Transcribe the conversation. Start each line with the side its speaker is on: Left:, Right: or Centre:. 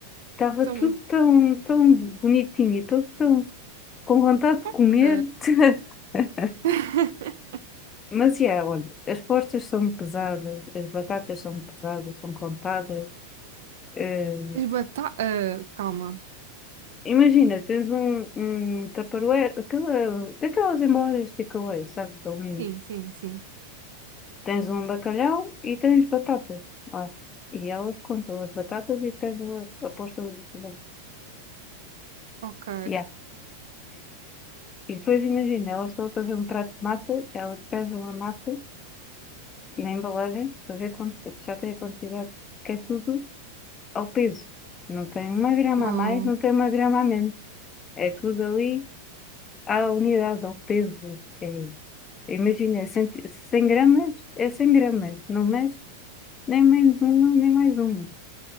Left: estava
Right: Então,
Left: tudo tão, tão bonitinho e tudo tão com vontade
Right: Ok.
Left: de comer. <laughs>
Right: <laughs>
Left: Mas, yeah, olha, as postas são pesadas, as batatas são pesadas, são contadas. eh,
Right: As bata... ah, calma.
Left: imagina, tens um, um tupperware, aquela, daquelas embalagens de takeaway, sabes, de alumínio.
Right: Sim, sim, sim.
Left: Tens um bacalhau e tens batatas. Olha, e elas contam as batatas e tens a, a posta do bacalhau.
Right: Ok.
Left: Yeah. E depois imagina, elas estão a fazer um prato de massa, elas pesam a massa na embalagem para ver quant- se já tem a quantidade, que é tudo. ao peso. Não tem uma grama
Right: Uau.
Left: a mais, não tem uma grama a menos. É tudo ali à unidade, ao peso. É, imagina, 100, 100 gramas é 100 gramas. Não mexe nem menos uma, nem mais uma.